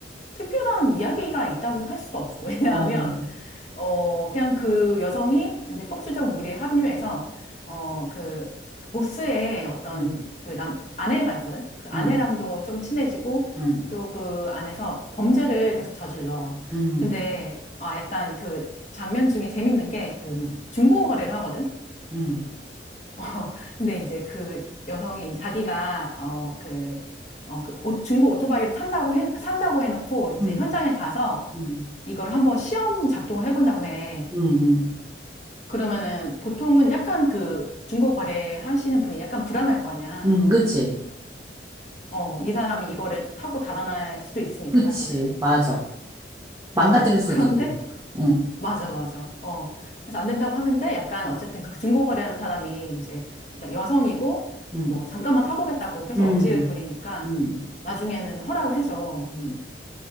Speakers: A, on the left (about 40°); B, on the right (about 20°).
A: 특별한 이야기가 있다고도 할 수도 없어. <laughs> 왜냐하면,
B: 어. 응.
A: 어, 그냥 그 여성이 이제 폭주적 무리에 합류해서, 어, 그, 보스의 어떤
B: 응.
A: 그 남, 아내가 있거든? 그 아내랑도
B: 응.
A: 좀 친해지고,
B: 응.
A: 또 그 안에서 범죄를 계속 저질러.
B: 응.
A: 근데, 아, 약간 그 장면 중에 재밌는 게 그
B: 응.
A: 중고 거래를 하거든?
B: 응.
A: 어, 근데 이제 그 여성이 자기가 어 그 어 그 오- 중고 오토바이를 탄다고 해 산다고 해놓고 이제
B: 응. 응.
A: 현장에 가서
B: 응.
A: 이걸 한번 시험 작동을 해본다고 해.
B: 응.
A: 그러면은 보통은 약간 그 중고 거래 하시는 분이 약간 불안할 거 아니야.
B: 응. 그치.
A: 어, 이 사람이 이거를 타고 달아날 수도 있으니까
B: 그치.
A: 사실은.
B: 맞아. 망가뜨릴
A: 어,
B: 수도
A: 그런데
B: 있고. 응,
A: 맞아, 맞아. 어. 그래서 안 된다고 하는데 약간 어쨌든 그 중고 거래하는 사람이 이제 그러니까 여성이고
B: 응,
A: 뭐 잠깐만 타보겠다고 계속
B: 응,
A: 억지를 부리니까
B: 응,
A: 나중에는 허락을 해줘.
B: 응.